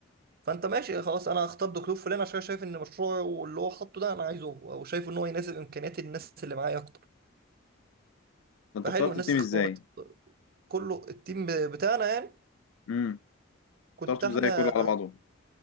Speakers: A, on the right; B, on the left.
A: فانت ماشي خلاص انا هختار دكتور فلان عشان شايف ان مشروعه اللي هو حاطه ده انا عايزه هو وشايف ان هو يناسب امكانيات الناس اللي معايا اكتر
B: ده انتوا
A: فحلو
B: اخترتوا
A: الناس
B: التيم
A: اختارت
B: ازاي
A: كله التيم بتاعنا يعني
B: امم
A: كنت
B: اخترتوا
A: احنا
B: ازاي كله على بعضه